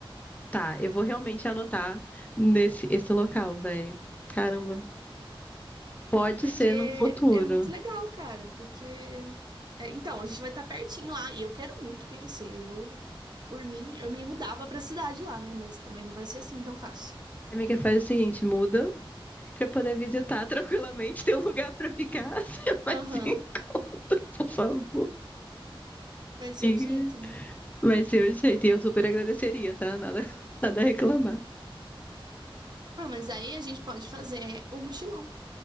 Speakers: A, on the left (about 15°); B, on the right (about 50°).
A: Tá, eu vou realmente anotar nesse esse local, velho. Caramba. Pode
B: Porque
A: ser num futuro.
B: é muito legal, cara. Porque. é, então, a gente vai estar pertinho lá. E eu quero muito conhecer. Eu, por mim, eu me mudava pra cidade lá, né? Mas também não vai ser assim tão fácil.
A: Amiga, faz o seguinte, muda pra eu poder visitar <laughs> tranquilamente, ter um lugar pra ficar. <laughs> Você vai
B: Aham,
A: se encontra, por favor.
B: vai ser
A: Amiga,
B: o jeito, né?
A: Vai ser o jeito. E eu super agradeceria, tá? Nada, nada a reclamar.
B: Ah, mas aí a gente pode fazer um mochilão.